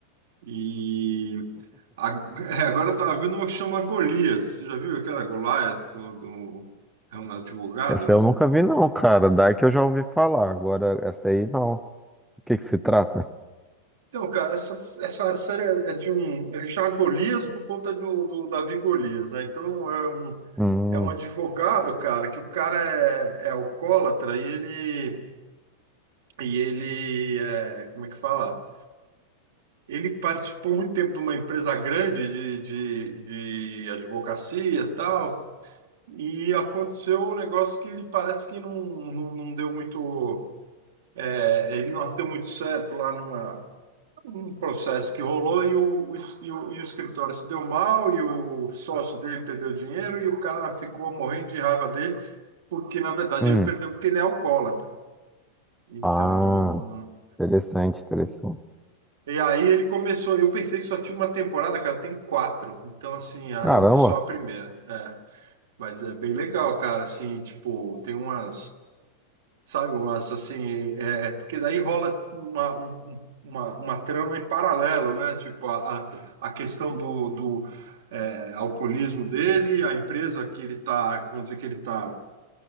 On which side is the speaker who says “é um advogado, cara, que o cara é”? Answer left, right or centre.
Right